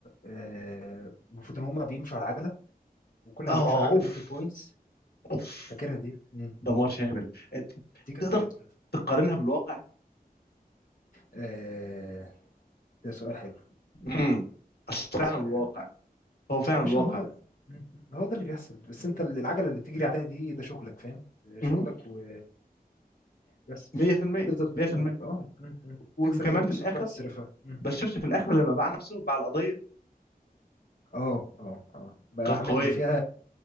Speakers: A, on the left (about 55°); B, on the left (about 80°).
A: آآ، المفروض إن هم بيمشوا على العَجَلة وكل ما
B: اه
A: بيمشوا على العَجَلة
B: اوف
A: بياخدوا points
B: اوف
A: فاكرها دي؟ إمم،
B: دمار شامل ت-
A: دي جامدة
B: تقدر
A: جدًا.
B: تقارنها بالواقع
A: آآ، ده سؤال حلو،
B: امم اصل فعلا
A: ده سؤال
B: الواقع
A: حلو.
B: هو فعلا
A: يا باشا
B: الواقع
A: ما هو إمم، إمم، هو ده اللي بيحصل، بس أنت ال العَجَلة اللي بتجري عليها دي ده شغلك فاهم، آآ، شغلك
B: مهم.
A: و بس
B: 100%
A: تفضل ت-
B: 100%
A: اه م- م.
B: و-
A: تكسب
B: وكمان
A: فلوس
B: في الاخر
A: وتروح تصرفها م.
B: ده الشفت في الاخر لما باع نفسه باع القضيه
A: اه اه اه بقى
B: كانت
A: عامل
B: قويه
A: فيها